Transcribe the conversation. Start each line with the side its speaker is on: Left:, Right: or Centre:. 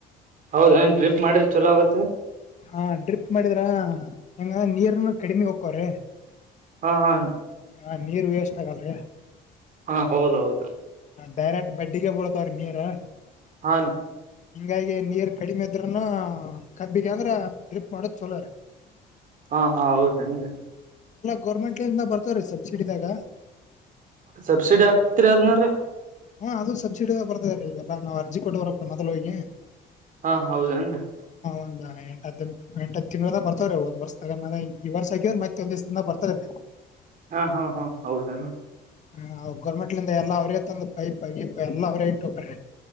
Right: ಹೌದ ಏನ್ ಡ್ರಿಪ್ ಮಾಡ್ರೆ ಚಲೋ ಆಗುತ್ತೆ.
Left: ಹಾ ಡ್ರಿಪ್ ಮಾಡಿದ್ರ ಹೆಂಗ ನೀರ್ನು ಕಡಿಮಿ ಹೋಕ್ಕವ್ರಿ.
Right: ಹಾ ಹಾ
Left: ಹಾ ನೀರ್ ವೇಸ್ಟ್ ಆಗಲ ರೀ.
Right: ಹಾ ಹೌದೌದ ರೀ.
Left: ಡೈರೆಕ್ಟ್ ಬಡ್ಡಿಗೆ ಬಳತಾವ್ರಿ ನೀರ.
Right: ಹ
Left: ಹಿಂಗಾಗಿ ನೀರ್ ಕಡಿಮೆ ಇದ್ರನು ಕಬ್ಬಿಗೆ ಅಂದ್ರ ಡ್ರಿಪ್ ಮಾಡೋದ್ ಚಲೋ ರೀ
Right: ಹಾ ಹಾ ಹೌದೇನ್ರೀ.
Left: ಗೋರ್ಮೆಂಟಿಂದ ಬರ್ತವ್ರೀ ಸಬ್ಸಿಡಿದಾಗ.
Right: ಸಬ್ಸಿಡಿ ಆಗ್ತಿರಿ ಅದ್ನ್ರು ರೀ.
Left: ಹು ಅದು ಸಬ್ಸಿಡಿ ದಾಗ ಬರ್ತದ್ ರೀ ಇವೆಲ್ಲಾ ನಾವು ಅರ್ಜಿ ಕೊಟ್ಟ ಬರಬೇಕ್ ಮೊದಲು ಹೋಗಿ.
Right: ಹಾ ಹೌದೇನ್ರಿ.
Left: ಒಂದ ಎಂಟತ್ ಎಂಟತ್ ತಿಂಗಳದ ಬರ್ತವ್ರೀ ಒಂದ್ ವರ್ಷದಾಗೆ ಈ ವರ್ಷ ಆಕ್ಯಿದ್ರ ಮತ್ತೆ ಒಂದ್ ದಿವ್ಸ ಬರ್ತವ್ರೀ.
Right: ಹಾ ಹಾ ಹಾ ಹೌದೇನ್ರೀ.
Left: ಹ ಗೌರ್ಮೆಂಟ್ಲಿಂದ ಎಲ್ಲಾ ಅವ್ರೆ ತಂದು ಪೈಪ್ ಗೀಪ ಎಲ್ಲಾ ಅವರೇ ಇಟ್ಟ ಹೋಕರೀ.